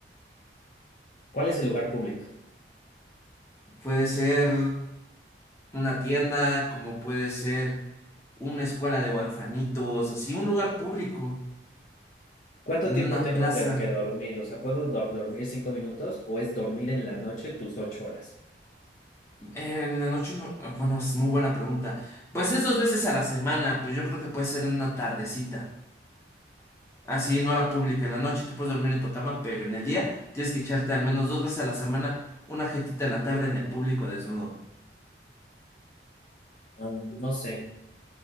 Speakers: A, on the left; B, on the left.
A: ¿Cuál es el lugar público?
B: Puede ser una tienda, como puede ser una escuela de huerfanitos, así, un lugar público,
A: ¿Cuánto
B: en
A: tiempo
B: una
A: tengo
B: plaza.
A: que, que dormir? O sea, ¿puedo dor- dormir cinco minutos o es dormir en la noche tus ocho horas?
B: En la noche, no- bueno, es muy buena pregunta. Pues es dos veces a la semana, pues yo creo que puede ser en una tardecita. Así, en hora pública. En la noche tú puedes dormir en tu cama, pero en el día tienes que echarte al menos dos veces a la semana una jetita en la tarde en el público desnudo.
A: Ah, no sé.